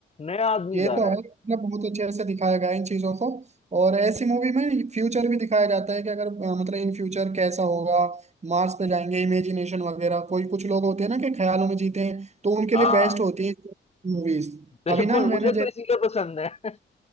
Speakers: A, on the left (about 30°); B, on the right (about 35°).
A: नया आदमी
B: ये
A: जा
B: तो
A: रहा
B: है
A: है
B: मतलब बहुत अच्छे से दिखाया गया है इन चीजों को और ऐसी मूवी में फ्यूचर भी दिखाया जाता है कि अगर अ, मतलब इन फ्यूचर कैसा होगा मार्स पे जाएंगे इमेजिनेशन वगैरह कोई कुछ लोग होते हैं ना कि ख्यालों में जीते हैं तो उनके
A: हाँ
B: लिए बेस्ट होती है मूवीज
A: बिल्कुल
B: अभी ना
A: मुझे
B: मैंने
A: तो इसीलिए पसंद है